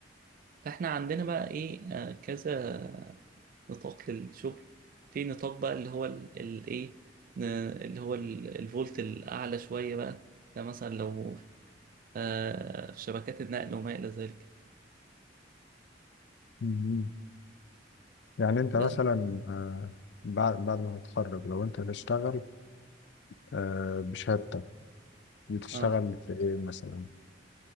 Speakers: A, on the right (about 50°); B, on the left (about 65°).
A: فاحنا عندنا بقى ايه آه، كذا نطاق للشغل في نطاق بقى اللي هو الايه اللي هو ال- الفولت الاعلى شويه بقى ده مثلا لو آه في شبكات النقل وما الى ذلك
B: مهم. يعني أنت
A: بس
B: مثلا آه، بعد بعد ما تتخرج لو أنت هتشتغل آه، بشهادتك بتشتغل
A: اه
B: في إيه مثلا؟